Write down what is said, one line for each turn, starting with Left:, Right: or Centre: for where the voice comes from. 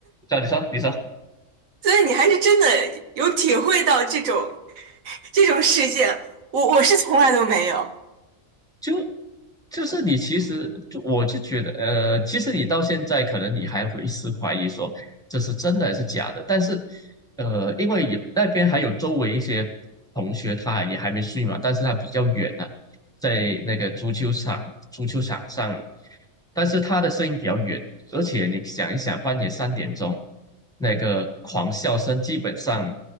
Centre: 那你说，你说，
Right: <laughs> 所以你还是真的有体会到这种这种事件，我我是从来都没有。
Centre: 就就是你其实就我就觉得，呃，其实你到现在可能你还会一是怀疑说这是真的还是假的，但是，呃，因为有那边还有周围一些同学，他也还没睡嘛，但是他比较远了、在那个足球场足球场上，但是他的声音比较远，而且你想一想，半夜三点钟那个狂笑声，基本上